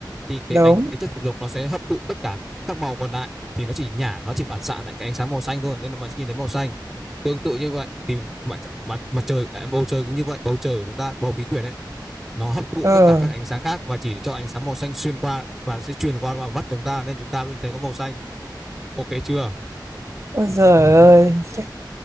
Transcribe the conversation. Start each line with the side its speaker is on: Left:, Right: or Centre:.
Centre: Thì cái
Right: đúng
Centre: ánh cái chất diệp lục nó sẽ hấp thụ tất cả các màu còn lại thì nó chỉ nhả nó chỉ phản xạ lại cái ánh sáng màu xanh thôi nên là mà nhìn thấy màu xanh. Tương tự như vậy thì mặt mặt mặt trời à, bầu trời cũng như vậy, bầu trời của chúng ta bầu khí quyển ấy nó hấp thụ
Right: ừ
Centre: tất cả các ánh sáng khác và chỉ cho ánh sáng màu xanh xuyên qua và sẽ truyền qua vào mắt chúng ta nên chúng ta mới thấy có màu xanh. Ok chưa?
Right: ôi giời ơi chắc